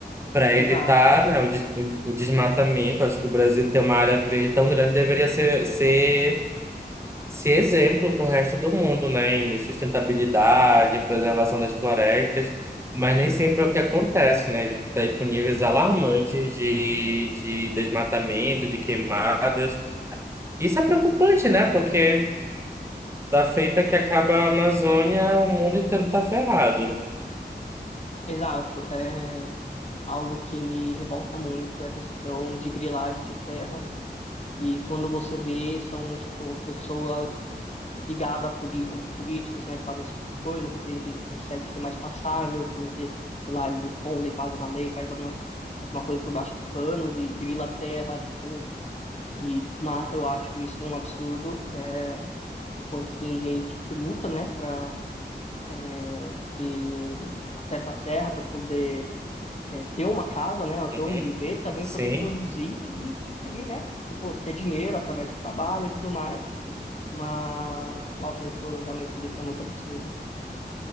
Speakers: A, on the right; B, on the left.
A: para
B: Exato,
A: evitar, né, o, des- o desmatamento. Acho que o Brasil tem uma área verde tão grande, deveria ser, ser ser exemplo para o resto do mundo, né, em sustentabilidade, em preservação das florestas, mas nem sempre é o que acontece, né? A gente está aí com níveis alarmantes de, de desmatamento, de queimadas. Isso é preocupante, né? Porque da feita que acaba a Amazônia, o mundo inteiro está ferrado.
B: exato. É algo que me revolta muito é a questão de grilagem de terra. E quando você vê, são, tipo, pessoas ligadas a poli- ali, políticos, né, que fazem esse tipo de coisa, porque, enfim, consegue ser mais passável, porque, sei lá, eles escondem, fazem uma lei, faz alguma, alguma coisa por baixo dos panos e grila a terra, tipo, e desmata, eu acho isso um absurdo, é, enquanto tem gente que luta, né, pra é, ter acesso à terra, para poder é, ter uma casa, né, ter
A: Uhum.
B: onde viver, e também
A: Sim.
B: poder produzir e conseguir, né, tipo, ter dinheiro através do trabalho e tudo mais, mas, nossa, isso realmente me deixa muito absurdo.